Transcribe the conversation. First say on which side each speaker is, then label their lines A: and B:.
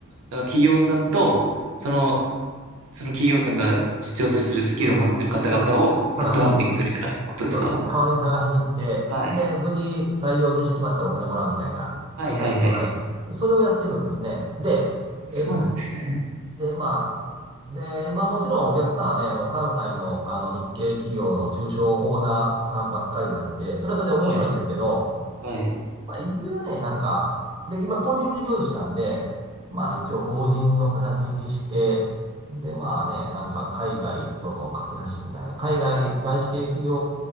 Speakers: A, on the right; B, on the right.
A: なんか企業さんと、その、その企業さんが必要としてるスキルを持ってる方々をヘッドハンティングするみたいなことですか
B: <laughs> そうそうそう探しに行く。そうです。代わりに探しに行って、
A: はい。
B: ほんで、無事採用入社決まったらお金もらうみたいな、
A: はいはいはい。
B: 簡単に言うと、はい。それをやってるんですね。で、
A: そうなんですね。
B: え、で、まあ、で、今もちろんお客さんはね、もう関西のあの日系企業の中小オーナーさんばっかりなんで、それはそれで面白いんですけど、
A: はい。はい。
B: まあ、いずれはね、なんか、で、今、個人事業主なんで、まあ、一応、法人の形にして、で、まあね、なんか、海外との架け橋みたいな、海外、外資系企業